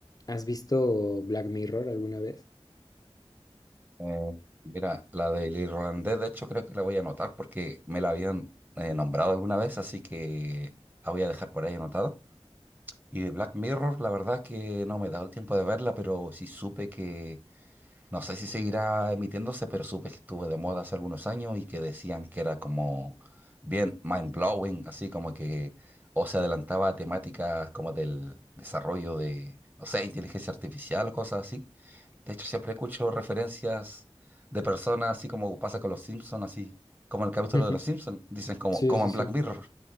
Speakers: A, on the left; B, on the right.
A: ¿Has visto Black Mirror alguna vez?
B: Eh, mira, la del irlandés, de hecho creo que la voy a anotar porque me la habían eh, nombrado alguna vez, así que la voy a dejar por ahí anotada. Y de Black Mirror, la verdad es que no me he dado el tiempo de verla, pero sí supe que, no sé si seguirá emitiéndose, pero supe que estuvo de moda hace algunos años y que decían que era como bien mind blowing, así como que o se adelantaba a temáticas como del desarrollo de, no sé, inteligencia artificial o cosas así. De hecho, siempre escucho referencias de personas así como pasa con los Simpsons, así como el capítulo
A: <laughs>
B: de los Simpsons, dicen como,
A: Sí,
B: como
A: sí,
B: en
A: sí.
B: Black Mirror.